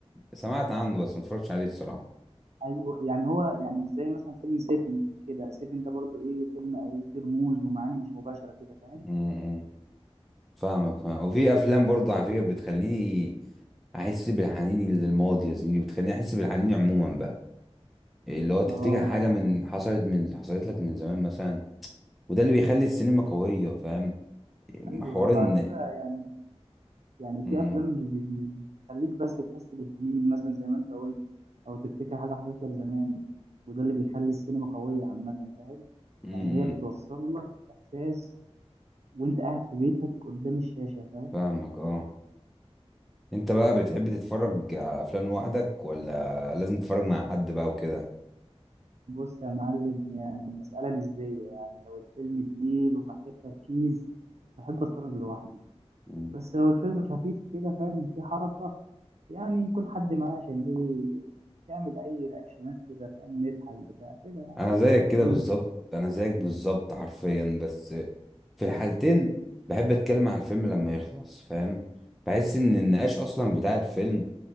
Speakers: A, in the centre; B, on the right.
A: سمعت عنه بس ما اتفرجتش عليه الصراحه
B: ايوه يعني هو يعني زي مثلا فيلم سيفن كده سيفن ده برضو ايه فيلم ايه فيه رموز ومعاني مش مباشره كده فاهم
A: مم. فاهمك فاهم وفي افلام برضه على فكره بتخليني احس بالحنين للماضي يا زميلي بتخليني احس بالحنين عموما بقى اللي هو تفتكر
B: اه
A: حاجه
B: اه
A: من حصلت من حصلت لك من زمان مثلا وده اللي بيخلي السينما قويه فاهم
B: ايوه
A: حوار
B: ايوه
A: ان
B: على فكره يعني يعني في
A: مم.
B: افلام مش بت- مش بتخليك بس تحس بالحنين مثلا زي ما انت قلت او تفتكر حاجه حصلت لك زمان وده اللي بيخلي السينما قويه عامه فاهم
A: مم.
B: يعني هي بتوصل لك احساس وانت قاعد في بيتك قدام الشاشه فاهم
A: فاهمك اه انت بقى بتحب تتفرج على افلام لوحدك ولا لازم تتفرج مع حد بقى وكده
B: بص يا معلم يعني المسألة نسبية يعني لو الفيلم تقيل ومحتاج تركيز بحب أتفرج لوحدي
A: مم.
B: بس لو الفيلم خفيف كده فاهم إن فيه حركة يعني يكون حد معاه عشان إيه تعمل أي رياكشنات كده فاهم نضحك بتاع كده يعني
A: انا زيك كده
B: وأنت
A: بالظبط انا زيك بالظبط حرفيا بس في الحالتين بحب اتكلم على الفيلم لما يخلص فاهم بحس ان النقاش اصلا بتاع الفيلم